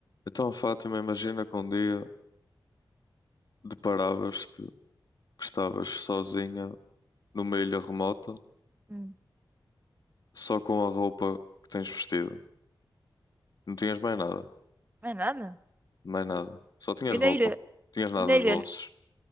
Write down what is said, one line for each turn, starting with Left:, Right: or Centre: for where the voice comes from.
Left: Então, Fátima, imagina que um dia deparavas-te que estavas sozinha numa ilha remota,
Right: Hum,
Left: só com a roupa que tens vestida. Não tinhas mais nada,
Right: não é nada.
Left: mais nada. Só tinhas
Right: E
Left: roupa,
Right: na ilha,
Left: não tinhas nada
Right: e na
Left: nos
Right: ilha,
Left: bolsos.